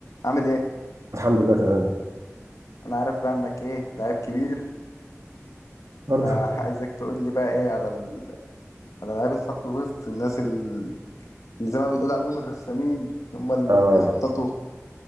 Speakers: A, on the left; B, on the right.
A: عامل ايه
B: الحمد لله تمام
A: انا عارف بقى انك ايه لعيب كبير
B: برضه
A: فعايزك تقول لي بقى ايه على ال... على لعيبه خط وسط الناس ال- اللي زي ما بتقول عليهم الرسامين هم اللي
B: آه
A: بيخططوا